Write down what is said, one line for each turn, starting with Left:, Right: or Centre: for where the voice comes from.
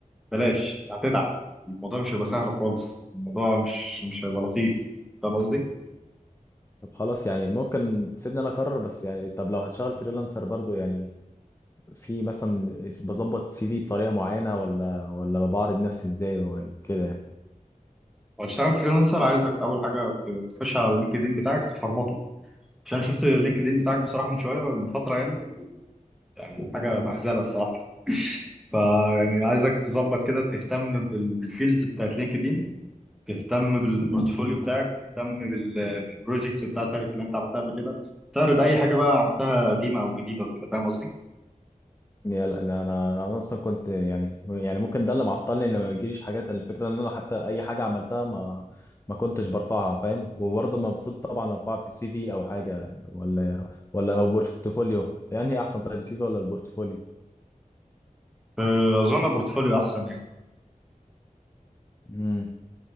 Centre: بلاش انت هتتعب الموضوع مش هيبقى سهل خالص الموضوع مش مش هيبقى لطيف فاهم قصدي؟
Left: طب خلاص يعني ممكن تسيبني انا اقرر بس يعني طب لو هتشتغل فريلانسر برضه يعني في مثلا بظبط سي في بطريقه معينه ولا ولا بعرض نفسي ازاي ولا كده يعني
Centre: وهتشتغل فريلانسر عايزك اول حاجه ت- تخش على اللينكد ان بتاعك تفرمطه عشان أنا شفت اللينكد ان بتاعك بصراحه من شويه من فتره يعني يعني حاجه مهزله الصراحه <laughs> فيعني عايزك تظبط كده تهتم بال- بالفيلز بتاعت لينكد ان تهتم بالبورتفوليو بتاعك تهتم بال- بالبروجيكتس بتاعتك اللي انت عملتها قبل كده تعرض اي حاجه بقى عملتها قديمه او جديده وكده فاهم قصدي؟
Left: يا لا انا انا أنا اصلا كنت يعني يعني ممكن ده اللي معطلني ان ما يجيليش حاجات الفكره ان انا حتى اي حاجه عملتها ما ما كنتش برفعها فاهم وبرضه ما المفروض طبعا ارفعها في السي في او حاجه ولا ولا بورتفوليو يعني إيه احسن طيب السي في ولا البورتفوليو
Centre: أه، اظن البورتفوليو احسن يعني
Left: امم